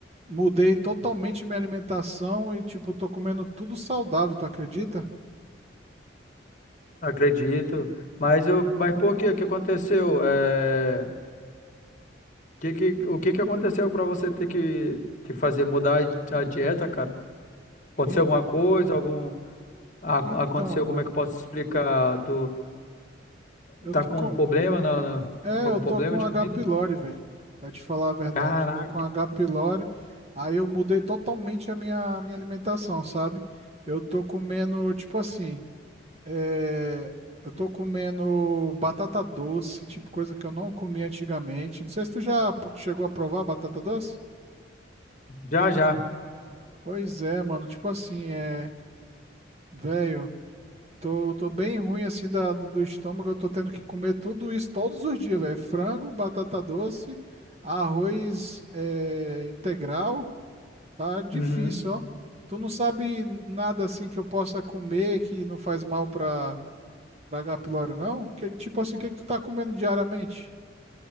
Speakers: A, on the right (about 35°); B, on the left (about 40°).
A: Mudei totalmente minha alimentação e, tipo, tô comendo tudo saudável, tu acredita?
B: acredito. Mas eu, mas por quê? O que aconteceu? É... Que, que, o que que aconteceu pra você ter que, ter que fazer mudar a dieta, cara? Aconteceu
A: En-
B: alguma coisa? Algum a-
A: Então,
B: aconteceu?
A: mano,
B: Como é que eu posso explicar? Tu
A: eu
B: tá
A: tô
B: com
A: com.
B: um problema na, na-
A: É,
B: com
A: eu
B: algum
A: tô
B: problema
A: com
B: de
A: H.
B: comida?
A: pylori, velho. Pra te falar a verdade.
B: Caraca,
A: Tô com H. pylori. Aí eu mudei totalmente a minha, minha alimentação, sabe? Eu tô comendo, tipo assim. É, eu tô comendo batata doce, tipo coisa que eu não comia antigamente. Não sei se tu já pr- chegou a provar batata doce?
B: já já.
A: Pois é, mano. Tipo assim, é. Velho, tô, tô bem ruim assim da, do do estômago. Eu tô tendo que comer tudo isso todos os dias, velho. Frango, batata doce, arroz é, integral. Tá difícil,
B: Uhum.
A: ó. Tu não sabe nada assim que eu possa comer que não faz mal pra, pra H. pylori, não? Que, tipo assim, o que que tu tá comendo diariamente?